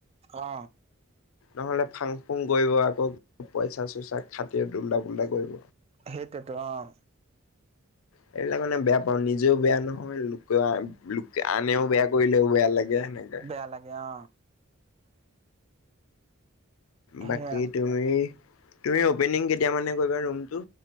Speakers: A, on the right; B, on the left.
A: অ।
B: নহলে ফাং ফুং কৰিব আকৌ অলপ পইচা চইচাক খাতি দুম্লা বোল্লা কৰিব।
A: সেইটোৱেতো অ',
B: <inaudible> এইবিলাক মানে বেয়া পাওঁ। নিজেও বেয়া নহয় লোক লোকে আনেও বেয়া কৰিলেও বেয়া লাগে। সেনেকে
A: বেয়া লাগে অ।
B: বাকী
A: সেয়া।
B: তুমি, তুমি অপেনিং কেতিয়া মানে কৰিবা ৰুমটো?